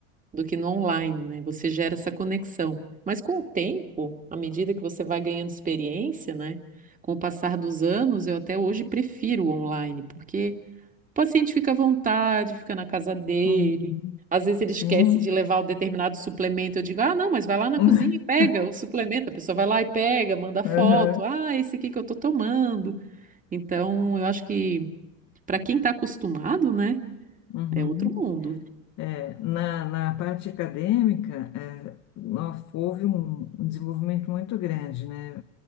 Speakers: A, on the right (about 20°); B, on the left (about 45°).
A: do que no online, né? Você gera essa conexão. Mas com o tempo, à medida que você vai ganhando experiência, né? Com o passar dos anos, eu até hoje prefiro o online, porque o paciente fica à vontade, fica na casa dele.
B: uhum.
A: Às vezes ele
B: Sim.
A: esquece de levar o determinado suplemento. Eu digo, ah, não, mas vai lá na
B: <laughs>
A: cozinha e pega o suplemento. A pessoa vai lá e pega, manda foto.
B: Uhum,
A: Ah, esse aqui que eu tô tomando. Então, eu acho que para quem está acostumado, né,
B: uhum.
A: é outro mundo.
B: É, na, na parte acadêmica, é, nó- houve um, um desenvolvimento muito grande, né,